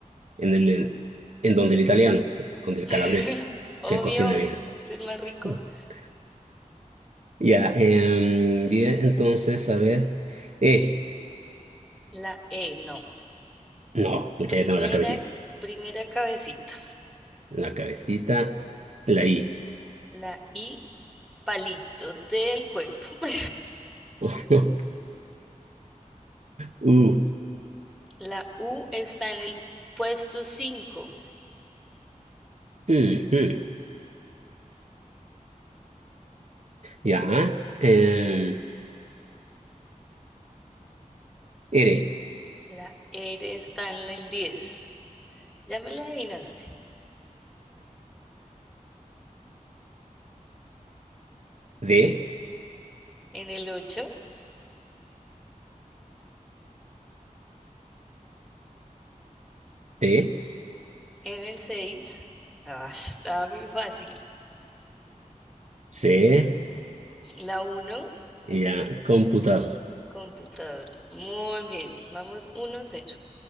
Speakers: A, on the right (about 55°); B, in the centre.
A: En el, en, en donde el italiano, donde el calabrés,
B: <laughs> Obvio,
A: que cocina bien.
B: es el más rico.
A: <laughs> Ya, em, die- entonces, a ver, eh
B: La E, no.
A: no, mucha
B: Primera,
A: ya tengo la cabecita.
B: primera cabecita.
A: La cabecita, la I.
B: La I, palito del cuerpo. <laughs>
A: <laughs> U. Mm,
B: La U está en el puesto 5.
A: mm. Ya. Eh, R.
B: La R está en el 10. Ya me la adivinaste.
A: <laughs> D.
B: En el ocho
A: T.
B: en el seis Ah, estaba muy fácil.
A: C.
B: La uno
A: Ya. Computador.
B: computador. Muy bien. Vamos uno cero